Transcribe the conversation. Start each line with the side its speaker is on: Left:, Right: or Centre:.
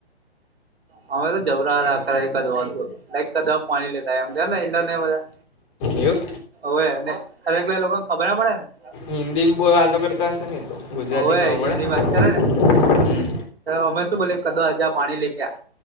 Right: હમે તો જબરા રા કરંધ લ કદા પાણી લેતા એમને એને બધા.
Left: એવું.
Right: હવેને અરે કેટલે લોકોને ખબર ના પડે ને.
Left: હિન્દી આલગ કરતા હશે ને તો ગુજરાતી
Right: હોવે
Left: ખબર
Right: હિન્દી
Left: પડે?
Right: વાત કરે ને
Left: હમ
Right: અમે શું બોલ કદો હજ્યા પાણી લે કે આ.